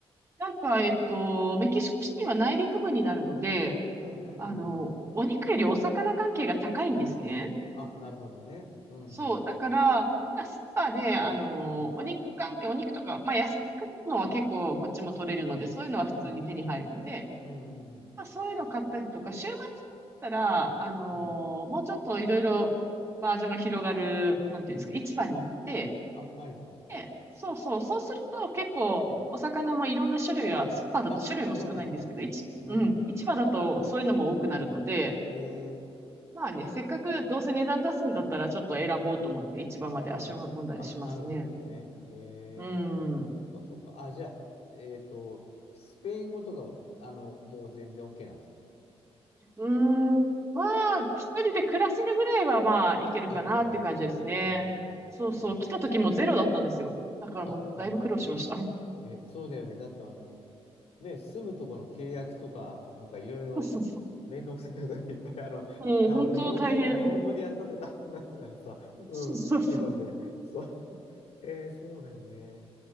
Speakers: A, on the right; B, on the left.
A: なんか、えっと、メキシコシティは内陸部になるので、
B: うんうんうんうん。
A: あの、お肉よりお魚関係が高いんですね。
B: あ、なるほどね。うんうんうんうん。
A: そう、だから、スーパーで、あの、
B: うん。
A: お肉関係、お肉とか、まあ、野菜買うのは結構こっちも取れるので、そういうのは普通に手に入るんで、
B: うん。うん。
A: まあ、そういうの買ったりとか、週末だったら、あの
B: うん。
A: ーもうちょっといろいろバージョンが広がる、なんていうんですか、
B: うん。
A: 市場に行って、
B: あ、はいはいはいはい。
A: で、そうそう、そうすると結構、
B: うん。
A: お魚もいろんな種類が、スーパーだと種類も少ないんですけど、
B: あ、そうなんだ。
A: 市、
B: うん。
A: うん、市場だとそういうのも多くなるので、
B: へえ。
A: まあね、せっかくどうせ値段出すんだったら、ちょっと選ぼうと思って市場まで足を運んだりしますね。
B: うん。あ、なるほどね。へえ。
A: うん。
B: そっかそっか。あ、じゃあ、えっと、スペイン語とかは、あの、もう全然 OK なんですか
A: うーん。まあ、一人で暮らせるぐらいはまあ、いけるかなっていう感じですね。
B: あ、なるほどね。うん。
A: そうそう。
B: えー、
A: 来た時もゼロだったんですよ。だからもう、
B: あ、本当に。
A: だいぶ苦労しました。<laughs>
B: え、そうだよね。だってあの、ね、住むとこの契約とか、あなんかいろいろめんどくさいことがいっぱい、
A: そうそうそう。
B: あの、
A: もう、
B: 多分日本人が日本語でやったって大変なんだからさ、
A: 本当大変。
B: うん、
A: そうそうそう。
B: 日本で。そう。<laughs> えー、そうだよね。